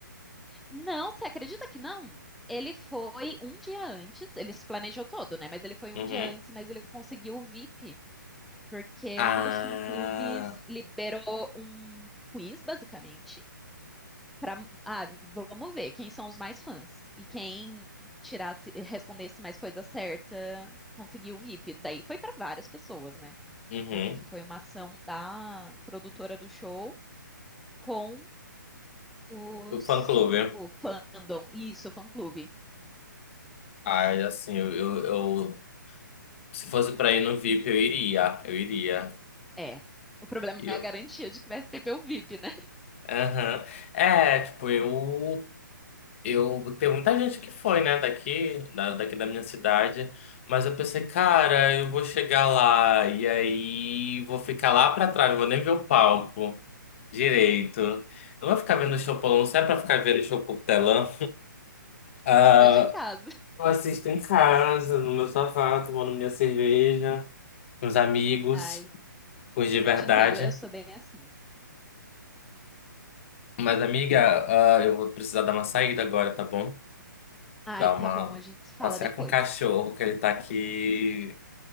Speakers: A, in the centre; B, on the left.
A: Não, você acredita que não? Ele foi um dia antes, ele se planejou todo, né? Mas ele foi
B: Uhum.
A: um dia antes, mas ele conseguiu o VIP, porque
B: Ah,
A: um dos fã-clubes liberou um quiz, basicamente. Pra, ah, vamos ver quem são os mais fãs. E quem tirasse, respondesse mais coisa certa, conseguiu o VIP. Daí foi para várias pessoas, né?
B: uhum.
A: Porque foi uma ação da produtora do show com os
B: O fã clube.
A: o fandom. Isso, o fã-clube.
B: Ai, assim, eu, eu, eu- se fosse pra ir no VIP, eu iria, eu iria.
A: É. O problema
B: E
A: é
B: Eu,
A: a garantia de que vai ter o VIP, né?
B: aham. É, tipo, eu Eu tem muita gente que foi, né, daqui, da, daqui da minha cidade, mas eu pensei, cara, eu vou chegar lá e aí vou ficar lá pra trás, não vou nem ver o palco direito.
A: É.
B: Não vou ficar vendo o show por não é pra ficar vendo o show por telão. Ah,
A: Eu vejo em casa.
B: eu assisto em casa, no meu sofá, tomando minha cerveja, com os amigos,
A: Ai,
B: com os de verdade.
A: eu te entendo, eu sou bem assim.
B: Mas, amiga, ah, eu vou precisar dar uma saída agora, tá bom?
A: Ai,
B: Dar
A: tá
B: uma
A: bom, a gente se fala
B: passear
A: depois.
B: com o cachorro, que ele tá aqui